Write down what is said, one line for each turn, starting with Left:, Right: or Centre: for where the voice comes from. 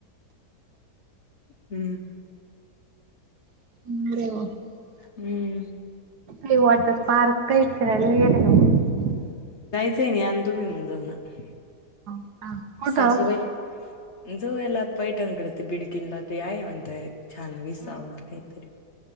Left: हम्म.
Right: <inaudible>
Left: हम्म.
Right: ते वॉटर पार्क इचारायला गेलेलो.
Left: <unintelligible> सासूबाई
Right: का हा कुठं
Left: जोयालत. पैठणीकडं, ते बिडकीनला ते, आहे म्हणतायेत. छान विसावा काही तरी.